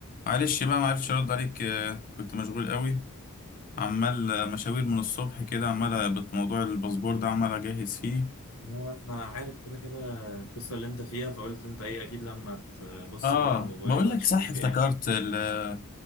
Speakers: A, on the left (about 40°); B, on the left (about 70°).
A: معلش بقى معرفتش ارد عليك آه، كنت مشغول قوي عمال آه، مشاوير من الصبح كده عمال بت- موضوع الباسبور ده عمال اجهز فيه
B: لا، انا عارف كده كده القصه اللي انت فيها فقلت انت ايه اكيد لما تبص
A: اه
B: كده على الموبايل
A: بقول
B: هتشوف
A: لك صح افتكرت
B: يعني
A: ال-